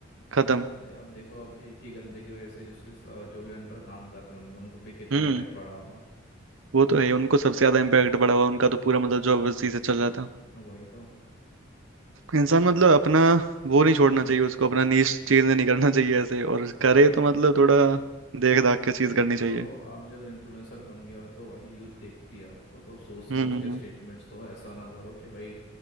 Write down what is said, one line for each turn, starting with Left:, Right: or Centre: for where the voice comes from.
Right: खत्म
Left: अरे अब देखो अब एक ही गलती की वजह से जिसके स- जो भी अंडर काम कर रहे होंगे उनको भी कितना
Right: हम्म
Left: इम्पैक्ट पड़ा होगा
Right: वो तो है ही, उनको सबसे ज्यादा इम्पैक्ट पड़ा हुआ उनका तो पूरा मतलब जॉब उसी से चल रहा था
Left: वही तो
Right: इंसान मतलब अपना वो नहीं छोड़ना चाहिए उसको अपना नीश चेंज नहीं करना चाहिए ऐसे और करे तो मतलब थोड़ा देख दाख के चीज
Left: नहीं
Right: करनी
Left: देखो
Right: चाहिए
Left: आप जब इन्फ्लुएंसर बन गया हो तो भाई यूथ देखती है आपको तो सोच समझ
Right: हम्म हम्म
Left: के स्टेटमेंट्स दो ऐसा ना करो कि भाई